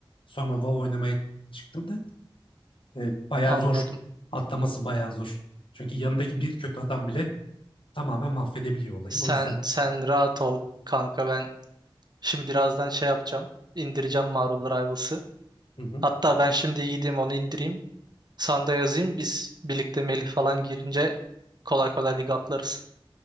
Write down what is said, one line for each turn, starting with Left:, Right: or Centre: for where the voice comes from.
Left: Sonra WoW oynamaya çıktım da E, bayağı
Right: Anladım.
Left: zor. Atlaması bayağı zor. Çünkü yanındaki bir kötü adam bile tamamen mahvedebiliyor olayı.
Right: Sen
Left: O yüzden
Right: sen rahat ol kanka ben şimdi birazdan şey yapacağım. İndireceğim Marvel Rivals'ı.
Left: hı hı,
Right: Hatta ben şimdi gideyim onu indireyim. Sanda yazayım biz birlikte Melih falan girince kolay kolay lig atlarız.